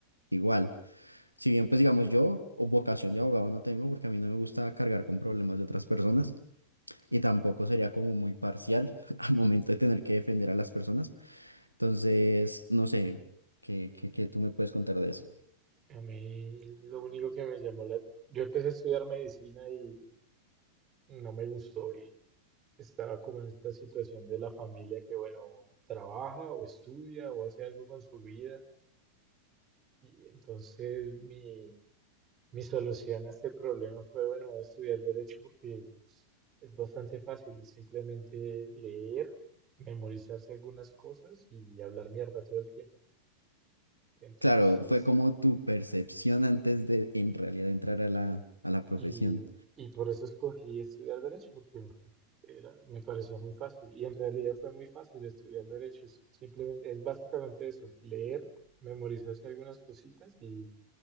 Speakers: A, on the left; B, on the right.
A: igual. Si bien, pues digamos, yo o vocación de abogado no tengo porque a mí no me gusta cargar con problemas de otras personas y tampoco sería como muy parcial <laughs> al momento de tener que defender a las personas. Entonces, no sé, ¿qué, qué, qué tú me puedes contar de eso?
B: A mí lo único que me llamó la... Yo empecé a estudiar medicina y no me gustó y estaba como en esta situación de la familia que, bueno, trabaja o estudia o hace algo con su vida. Y entonces mi Mi solución a este problema fue, bueno, voy a estudiar derecho porque pues, es bastante fácil, es simplemente leer, memorizarse algunas cosas y hablar mierda todo el tiempo. Entonces,
A: Claro, fue como tu percepción antes de en realidad entrar a la, a la profesión.
B: y, y por eso escogí estudiar derecho, porque era, me parecía muy fácil. Y en realidad fue muy fácil estudiar derecho, es simplemente, es básicamente eso, leer, memorizarse algunas cositas y